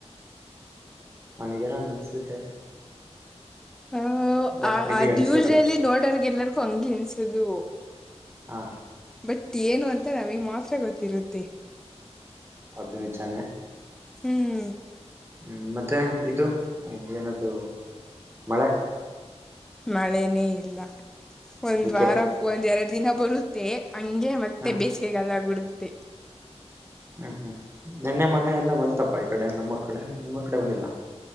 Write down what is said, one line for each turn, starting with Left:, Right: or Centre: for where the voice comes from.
Right: ನನಗೆಲ್ಲ ನೆನ್ಸುತ್ತೆ
Centre: ಹ
Right: ಬಟ್ ನಿಮಗ್
Centre: ಅದ್
Right: ಅನ್ಸ್ಬೇಕಲ್ಲ
Centre: ಯೂಜಲ್ಲಿ ನೋಡರ್ಗೆ ಎಲ್ಲರಿಗು ಹಂಗಿ ಇನ್ಸದು
Right: ಹಾ
Centre: ಬಟ್ ಏನು ಅಂತ ನಮಗ್ ಮಾತ್ರ ಗೊತ್ತಿರುತ್ತೆ
Right: ಅದು ನಿಚಾನೆ
Centre: ಹ್ಮ್
Right: ಹ್ಮ್ ಮತ್ತೆ ಇದು ಏನದು ಮಳೆ
Centre: ಮಳೆನೇ ಇಲ್ಲ ಒಂದ್
Right: ಏಕೆ
Centre: ವಾರ ಒಂದ್ ಎರಡು ದಿನ ಬರುತ್ತೆ ಹಂಗೆ ಮತ್ತೆ ಮತ್ತೆ
Right: ಹ್ಮ್
Centre: ಬೇಸಿಗೆಗಲ್ಲ ಬಿಡುತ್ತೆ
Right: ಹ್ಮ್ ಹ್ಮ್ ನಿನ್ನೆ ಮೊನ್ನೆ ಎಲ್ಲ ಬಂತಪ್ಪ ಈ ಕಡೆ ನಮ್ಮೂರ್ ಕಡೆ ನಿಮ್ಮೂರ್ ಕಡೆ ಬಂದಿಲ್ಲಾ